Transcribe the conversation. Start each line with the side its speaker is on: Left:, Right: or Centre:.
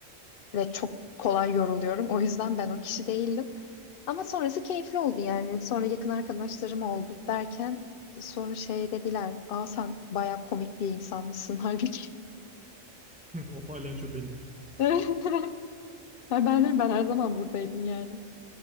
Left: ve çok kolay yoruluyorum. O yüzden ben o kişi değildim. Ama sonrası keyifli oldu yani. Sonra yakın arkadaşlarım oldu derken sonra şey dediler. Aa sen baya komik bir insanmışsın halbuki.
Centre: <laughs> O palyaço benim.
Left: <laughs> Ya Ben de ben her zaman buradaydım yani.